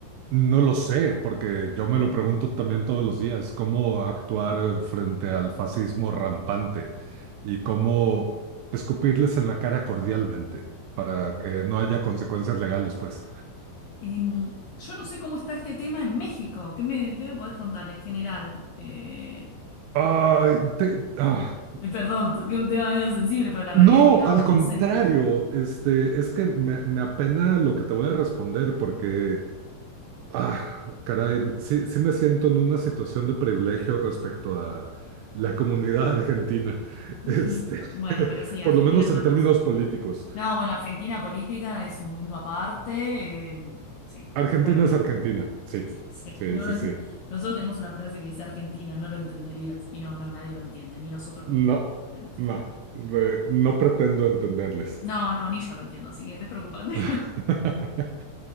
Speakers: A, on the right; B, on the left.
A: No lo sé, porque yo me lo pregunto también todos los días, cómo actuar eh, frente al fascismo rampante y cómo escupirles en la cara cordialmente para que no haya consecuencias legales, pues.
B: Em, yo no sé cómo está este tema en México. ¿Qué me, qué me podés contar en general? Eh,
A: Ay, te- ah.
B: eh, perdón, toqué un tema medio sensible, pero la realidad
A: No,
B: es que no,
A: al
B: no
A: contrario,
B: sé.
A: este, es que me, me apena lo que te voy a responder porque Ah, caray, sí, sí me siento en una situación de privilegio respecto a la comunidad argentina,
B: <laughs>
A: este,
B: Bueno,
A: <laughs>
B: pero sí, Argentina
A: por lo menos
B: estamos.
A: en términos políticos.
B: No, bueno, Argentina política es un mundo aparte. em, sí,
A: Argentina
B: pero bueno.
A: es Argentina, sí,
B: Sí,
A: sí,
B: no
A: sí,
B: lo,
A: sí.
B: nosotros tenemos una frase que dice Argentina, no lo entenderías. Y no, no, nadie lo entiende, ni nosotros
A: No,
B: mismos entendemos.
A: no,
B: No,
A: eh, no pretendo entenderles.
B: no, no, ni yo lo entiendo, así que despreocupate.
A: <laughs>
B: <laughs>